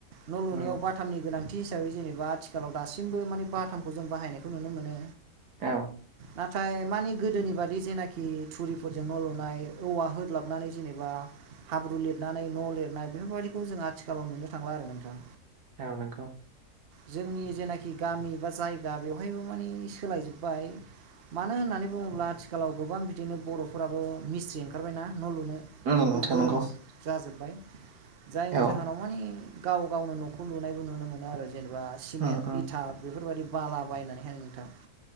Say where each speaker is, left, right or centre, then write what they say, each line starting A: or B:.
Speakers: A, on the right (about 45°); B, on the right (about 75°).
A: न' लुनायाव
B: उम
A: बाथामनि गोनांथि थि हिसाबै जेनेबा आथिखालाव दासिमबो माने बाथामखौ जों बाहायनायखौ नुनो मोनो
B: औ
A: नाथाय मानि गोदोनि बादि जेनाखि थुरिफोरजों न' लुनाय औवा होग्लाबनानै जेनेबा हाब्रु लिरनानै न' लिरनाय बेफोरबायदिखौ जों आथिखालाव नुनो थांला आरो नोंथां
B: औ नंगौ
A: जोंनि जेनाखि गामि बा जायगा बेवहायबो मानि सोलायजोब्बाय मानो होननानै बुङोब्ला आथिखालाव गोबां बिदिनो बर'फोराबो मिस्थ्रि ओंखारबायना न' लुनो
B: नंगौ नोंथां
A: गोरों
B: नंगौ
A: जाजोब्बाय जायनि
B: औ
A: जाहोनाव मानि गाव गावनो न'खौ लुनायबो नुनो मोनो आरो बा सिमेन्ट
B: उम उम
A: इथा बेफोरबायाददि बाला बायनानैहाय नोंथां